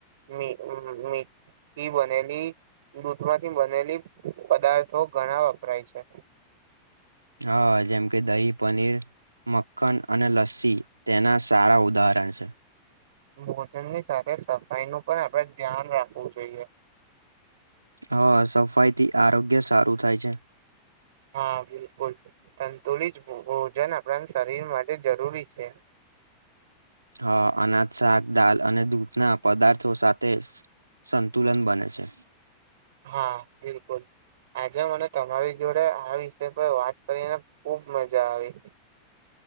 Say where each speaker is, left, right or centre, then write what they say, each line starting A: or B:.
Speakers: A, on the right; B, on the right.
A: મી મી થી બનેલી દૂધમાંથી બનેલી પદાર્થો ઘણા વપરાય છે
B: હા જેમ કે દહી પનીર મક્ખન અને લસ્સી તેના સારા ઉદાહરણ છે
A: ભોજનની સાથે સફાઈ નું પણ આપડે ધ્યાન રાખવું જોઈએ
B: હા સફાઈ થી આરોગ્ય સારું થાય છે
A: હા બિલકુલ સંતુલિત ભોજન આપણા શરીર માટે જરૂરી છે
B: હા અનાજ શાક દાલ અને દૂધના પદાર્થો સાથે સંતુલન બને છે
A: હા બિલકુલ આજે મને તમારી જોડે આ વિષય પર વાત કરીને ખુબ મજા આવી